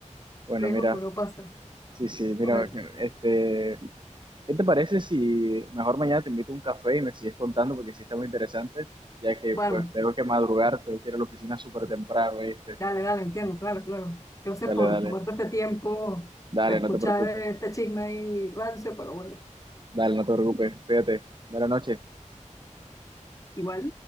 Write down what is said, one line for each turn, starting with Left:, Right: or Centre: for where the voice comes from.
Right: Bueno,
Left: riesgo
Right: mira,
Left: que uno pase.
Right: sí, sí, mira,
Left: Hombre,
Right: este, ¿qué te parece si mejor mañana te invito a un café y me sigues contando porque sí está muy interesante, ya que
Left: Bueno,
Right: pues tengo que madrugar, tengo que ir a la oficina súper temprano, ¿viste?
Left: dale, dale, entiendo, claro, claro. Gracias
Right: Dale,
Left: por
Right: dale,
Left: tomarte este tiempo
Right: dale,
Left: para escuchar
Right: no te preocupes,
Left: este chisme y rancio, pero bueno,
Right: dale, no te preocupes, cuídate, buenas noches.
Left: igual.